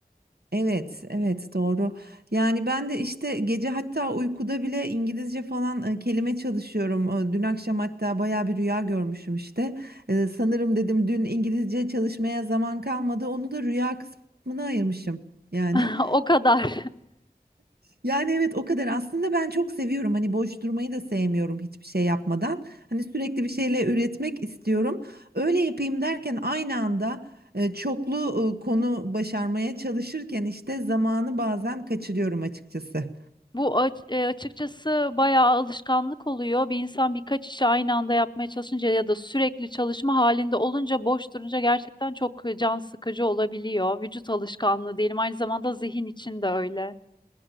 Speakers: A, on the right; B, on the left.
A: Evet, evet doğru. Yani ben de işte gece hatta uykuda bile İngilizce falan e, kelime çalışıyorum. E, dün akşam hatta baya bir rüya görmüşüm işte. E, sanırım dedim dün İngilizce çalışmaya zaman kalmadı. Onu da rüya kısmına ayırmışım yani.
B: <laughs> O kadar.
A: Yani evet o kadar aslında ben çok seviyorum hani boş durmayı da sevmiyorum hiçbir şey yapmadan hani sürekli bir şeyle üretmek istiyorum öyle yapayım derken aynı anda e, çoklu e, konu başarmaya çalışırken işte zamanı bazen kaçırıyorum açıkçası.
B: Bu a- e, açıkçası bayağı alışkanlık oluyor. Bir insan birkaç işi aynı anda yapmaya çalışınca ya da sürekli çalışma halinde olunca boş durunca gerçekten çok e, can sıkıcı olabiliyor. Vücut alışkanlığı diyelim aynı zamanda zihin için de öyle.